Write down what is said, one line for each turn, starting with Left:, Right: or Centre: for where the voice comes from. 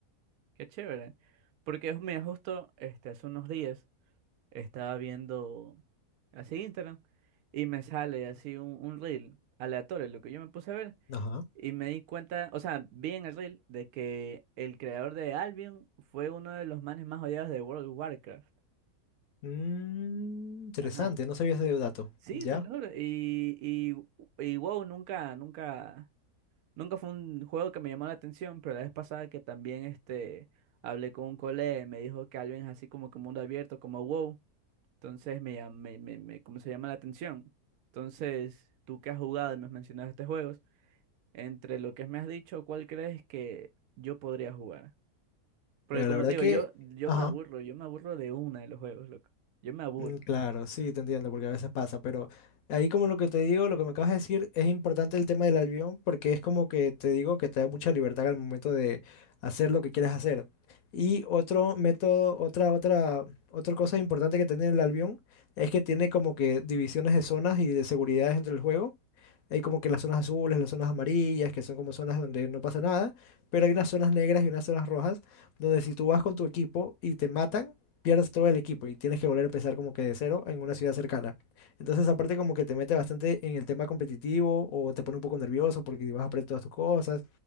Right: qué chévere. Porque mira, justo este, hace unos días estaba viendo así Instagram y me sale así un, un reel aleatorio, lo que yo me puse a ver.
Left: Ajá.
Right: Y me di cuenta, o sea, vi en el reel de que el creador de Albion fue uno de los manes más odiados de World of Warcraft.
Left: Mm, interesante,
Right: Ajá.
Left: no sabía ese dato.
Right: Sí,
Left: ¿Ya?
Right: te lo juro. Y, y, y wow, nunca, nunca, nunca fue un juego que me llamó la atención, pero la vez pasada que también este, hablé con un colega y me dijo que alguien es así como que mundo abierto, como wow, entonces me, llam- me, me, me- como se llama la atención. Entonces, tú que has jugado y me has mencionado estos juegos, entre lo que me has dicho, ¿cuál crees que yo podría jugar? Porque
Left: Mira,
Right: como
Left: la verdad
Right: te digo,
Left: que...
Right: yo, yo
Left: Ajá.
Right: me aburro, yo me aburro de una de los juegos, loco. Yo me aburro.
Left: Mm, Claro, sí, te entiendo, porque a veces pasa, pero ahí como lo que te digo, lo que me acabas de decir, es importante el tema del albión, porque es como que te digo que te da mucha libertad al momento de hacer lo que quieres hacer. Y otro método, otra, otra, otra cosa importante que tiene el albión es que tiene como que divisiones de zonas y de seguridades entre el juego. Hay como que las zonas azules, las zonas amarillas, que son como zonas donde no pasa nada, pero hay unas zonas negras y unas zonas rojas, donde si tú vas con tu equipo y te matan, pierdes todo el equipo y tienes que volver a empezar como que de cero en una ciudad cercana. Entonces, aparte como que te mete bastante en el tema competitivo o te pone un poco nervioso porque vas a perder todas tus cosas